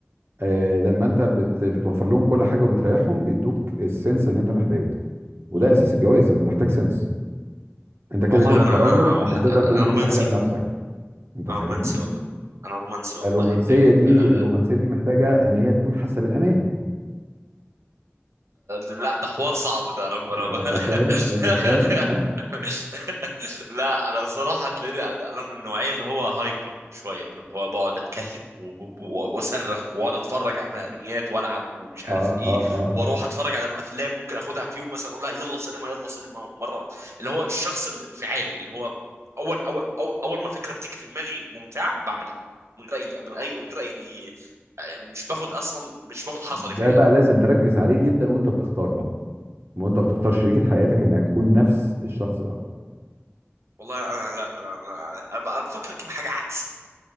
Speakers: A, on the right; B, on the right.
A: آه لما انت بت بتوفر لهم كل حاجه وبتريحهم بيدوك السنس اللي انت محتاجه وده اساس الجواز انت محتاج سنس انت كده
B: والله
A: كده
B: انا
A: كراجل
B: انا واحد
A: انت بتقدر
B: انا
A: تقوم بكل
B: رومانسي
A: حاجه بنفسك انت
B: انا
A: فاهمني
B: رومانسي والله انا رومانسي والله
A: الرومانسيه
B: فاهمني
A: دي
B: فلا
A: الرومانسيه دي محتاجه ان هي تكون حاسه بالامان
B: لا ده حوار صعب ده انا أنا-
A: انت انت
B: <laughs>
A: فاهم انت فاهم <laughs>
B: <laughs> لا انا الصراحه تلاقيني انا من النوعيه اللي هو هايبر شويه اللي هو بقعد اتكلم و- و- واصرخ واقعد اتفرج على انميات والعب ومش عارف
A: اه
B: ايه
A: اه اه
B: واروح اتفرج على افلام ممكن اخدها في يوم مثلا اقول لها يلا سينما يلا سينما ومره اللي هو الشخص الانفعالي اللي هو اول اول أو- اول ما فكره بتيجي في دماغي ممتعه بعملها من غير اي من اي من غير اي آه، مش باخد اصلا مش باخد حذري
A: ده
B: في حاجه
A: بقى لازم تركز عليه جدا وانت بتختار بقى وانت بتختار شريكة حياتك انها تكون نفس الشخص ده
B: والله انا لا انا انا, أنا بفكر اجيب حاجه عكسي